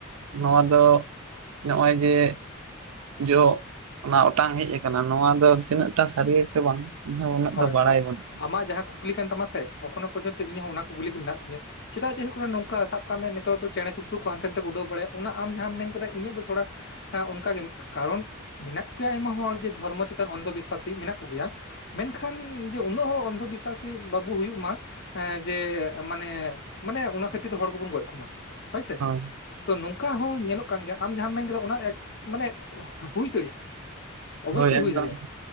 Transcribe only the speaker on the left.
ᱦᱳᱭ
ᱦᱳᱭ
ᱟᱢᱟᱜ ᱡᱟᱦᱟᱸ ᱠᱩᱠᱞᱤ ᱠᱟᱱ ᱛᱟᱢᱟ ᱥᱮ ᱮᱠᱷᱚᱱᱚ ᱯᱚᱨᱡᱚᱱᱛᱚ ᱤᱧᱦᱚᱸ ᱚᱱᱟ ᱠᱩᱠᱞᱤ ᱜᱮ ᱢᱮᱱᱟᱜ ᱛᱤᱧᱟᱹ᱾ ᱪᱮᱫᱟᱜ ᱡᱮ ᱦᱩᱭᱩᱜ ᱠᱟᱱᱟ ᱱᱚᱝᱠᱟ ᱥᱟᱵ ᱠᱟᱜ ᱢᱮ ᱱᱤᱛᱚᱜ ᱫᱚ ᱪᱮᱲᱮ ᱪᱩᱯᱨᱩ ᱠᱚ ᱦᱟᱱᱛᱮ ᱱᱟᱛᱮ ᱠᱚ ᱩᱰᱟᱹᱣ ᱵᱟᱲᱟᱭᱟ ᱚᱱᱟ ᱟᱢ ᱡᱟᱦᱟᱸᱢ ᱢᱮᱱ ᱠᱮᱫᱟ ᱤᱧᱟᱹᱜ ᱫᱚ ᱛᱷᱚᱲᱟ ᱦᱮᱸ ᱚᱱᱠᱟᱜᱮ ᱠᱟᱨᱚᱱ ᱢᱮᱱᱟᱜ ᱠᱚ ᱜᱮᱭᱟ ᱟᱭᱢᱟ ᱦᱚᱲ ᱡᱮ ᱫᱷᱚᱨᱢᱚ ᱪᱮᱛᱟᱱ ᱚᱱᱫᱷᱚ ᱵᱤᱥᱥᱟᱥᱤ ᱢᱮᱱᱟᱜ ᱠᱚᱜᱮᱭᱟ᱾ ᱢᱮᱱᱠᱷᱟᱱ ᱡᱮ ᱩᱱᱟᱹᱜ ᱦᱚᱸ ᱚᱱᱫᱷᱚ ᱵᱤᱥᱥᱟᱥᱤ ᱵᱟᱵᱚ ᱦᱩᱭᱩᱜ ᱢᱟ᱾ ᱮᱸ ᱡᱮ ᱢᱟᱱᱮ ᱢᱟᱱᱮ ᱚᱱᱟ ᱠᱷᱟᱹᱛᱤᱨ ᱛᱮ ᱦᱚᱲ ᱠᱚᱵᱚᱱ ᱜᱚᱡ ᱠᱚᱢᱟ᱾ ᱦᱚᱭᱥᱮ?
ᱛᱚ ᱱᱚᱝᱠᱟ ᱦᱚᱸ ᱧᱮᱞᱚᱜ ᱠᱟᱱ ᱜᱮᱭᱟ, ᱟᱢ ᱡᱟᱸᱦᱟᱸᱢ ᱢᱮᱱ ᱠᱮᱫᱟ ᱚᱱᱟ ᱮᱠ ᱢᱟᱱᱮ ᱦᱩᱭ ᱫᱟᱹᱲᱮᱜᱼᱟ᱾ ᱚᱵᱚᱥᱥᱳᱭ
ᱦᱩᱭ ᱫᱟᱲᱮᱭᱟᱜᱼᱟ,